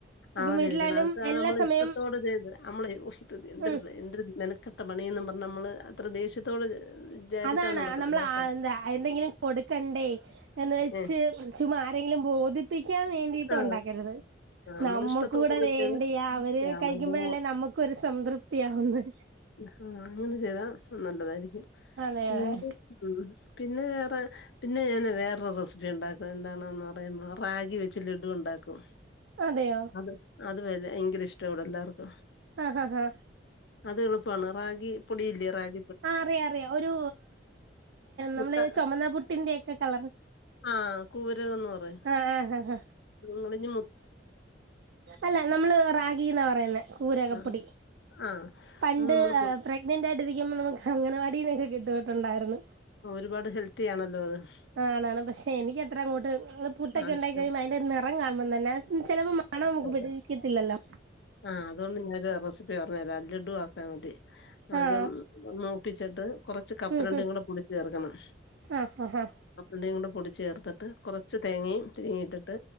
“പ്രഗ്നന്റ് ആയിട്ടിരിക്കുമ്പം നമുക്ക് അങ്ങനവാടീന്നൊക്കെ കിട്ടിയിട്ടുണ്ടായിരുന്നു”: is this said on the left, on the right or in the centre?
Right